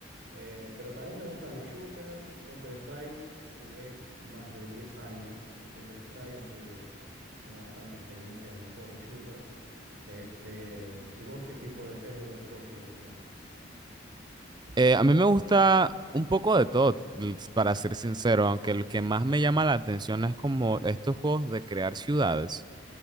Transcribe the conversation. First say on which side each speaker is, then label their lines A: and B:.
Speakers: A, on the right; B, on the right.
A: Eh, pero también me gustan los shooters, Counter-Strike. Jugué más de 10 años de Counter-Strike, así que tengo bastante experiencia en los juegos de shooter. Este, ¿y vos qué tipo de género de juegos te gustan?
B: Eh, a mí me gusta un poco de todo, l- para ser sincero, aunque el que más me llama la atención es como estos juegos de crear ciudades.